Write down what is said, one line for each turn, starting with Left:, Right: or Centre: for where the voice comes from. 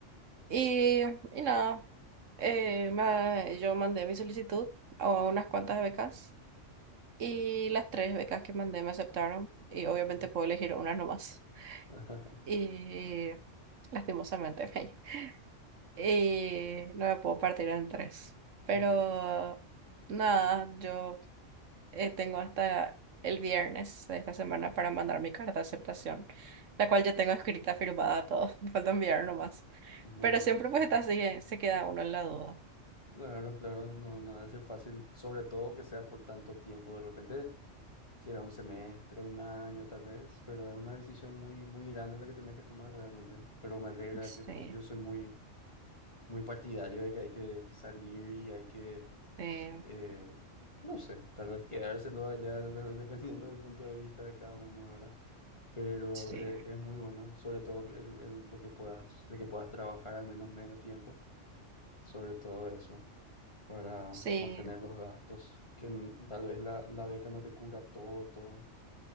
Right: Y, y nada, eh, ma- yo mandé mi solicitud a unas cuantas becas Y las tres becas que mandé me aceptaron y obviamente
Left: Mm.
Right: puedo elegir una nomás.
Left: <laughs>
Right: Y lastimosamente, <laughs> y no me puedo partir en tres. Pero
Left: Mm,
Right: nada, yo eh, tengo hasta el viernes de esta semana para mandar mi carta de aceptación, la cual ya tengo escrita, firmada, todo. <laughs> Me falta enviar nomás.
Left: Bueno,
Right: Pero siempre
Left: sí.
Right: pues está así, eh, se queda uno en la duda.
Left: Claro, claro, no, no va a ser fácil, sobre todo que sea por tanto tiempo. De repente será un semestre, un año tal vez, pero es una decisión muy, muy grande la que tenés que tomar realmente. Pero me alegra,
Right: Sí,
Left: yo creo, yo soy muy, muy partidario de que hay que salir y hay que,
Right: sí,
Left: eh, no sé, tal vez quedárselo allá <laughs> de- de- dependiendo del punto de vista de cada uno, ¿verdad? pero
Right: sí.
Left: eh, es muy bueno, sobre todo el- el- lo que puedas, de que puedas trabajar al menos medio tiempo, sobre todo eso, para
Right: Sí,
Left: mantener los gastos, que n- tal vez la, la beca no te cubra todo, todo.